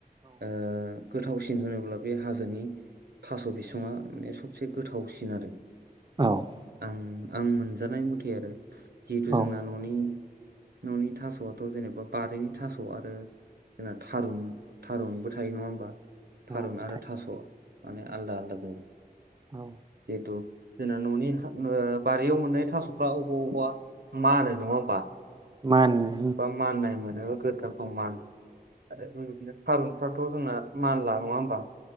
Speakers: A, on the right; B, on the right.
A: ओ गोथावसिन होनोब्ला बे हाजोनि थास' बिसङा माने सबसे गोथावसिन आरो।
B: औ
A: आं आं मोनजानाय मथे आरो जिहेथु
B: औ
A: जोंना न'नि न'नि थास'आथ' जेनेबा बारिनि थास' आरो जोंना थारुन थारुनबो थायो नङा होमबा
B: औ
A: थारुन आरो
B: थायो
A: थास' माने आलदा आलदा जायो।
B: औ
A: जिहेथु जोंना न'नि ओ बारियाव मोननाय थास'फ्रा अबा अबेबा मानो नङा होमबा?
B: मानो
A: बा माननाय मोनाबा गोदनाखौ मानो। आरो बेबायदिनो थारुनफ्राथ' जोंना मानला नङा होमबा?